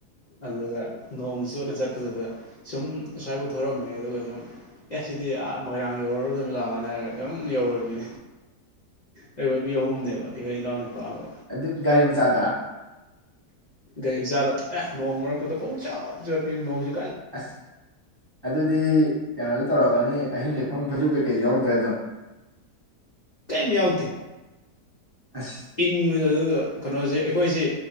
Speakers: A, on the left; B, on the right.
A: ꯑꯗꯨꯒ ꯅꯣꯡ ꯆꯣꯠꯅ ꯆꯠꯄꯗꯨꯗ ꯁꯨꯝ ꯁ꯭ꯋꯥꯏꯐꯥꯎ ꯊꯧꯔꯛꯑꯝꯃꯦ ꯑꯗꯨꯒ ꯁꯨꯝ ꯑꯦ ꯁꯤꯗꯤ ꯑꯥ ꯃꯣꯏꯔꯥꯡ ꯌꯧꯔꯨꯔꯗꯕꯅꯦ ꯂꯥꯛꯑꯣꯅ ꯍꯥꯏꯔꯒ ꯑꯗꯨꯝ ꯌꯧꯔꯤꯅꯤ ꯑꯩꯈꯣꯏ ꯃꯤ ꯑꯍꯨꯝꯅꯦꯕ ꯏꯈꯣꯏ ꯏꯅꯥꯎ ꯅꯨꯄꯥ ꯑꯃ
B: ꯑꯗꯨ ꯒꯥꯔꯤ ꯃꯆꯥꯗ
A: ꯒꯥꯔꯤꯝꯆꯥꯗ ꯑꯦ ꯅꯣꯡ ꯃꯔꯛꯇꯨꯗ ꯄꯨꯡꯆꯣꯠ ꯆꯣꯠꯄꯤꯅꯤ ꯅꯣꯡ ꯁꯨ
B: ꯑꯁ ꯑꯗꯨꯗꯤ <unintelligible> ꯇꯧꯔꯝꯒꯅꯤ ꯑꯍꯤꯡꯂꯦꯛꯐꯝ ꯐꯩꯖꯨꯄ ꯀꯩꯀꯩꯖꯨ ꯌꯥꯎꯗ꯭ꯔꯦ ꯑꯗꯨꯝ꯫
A: ꯌꯥꯎꯗꯦ꯫
B: <unintelligible>
A: ꯏꯪꯕꯗꯨ ꯑꯗꯨꯒ ꯀꯩꯅꯣꯁꯤ ꯑꯩꯈꯣꯏꯁꯤ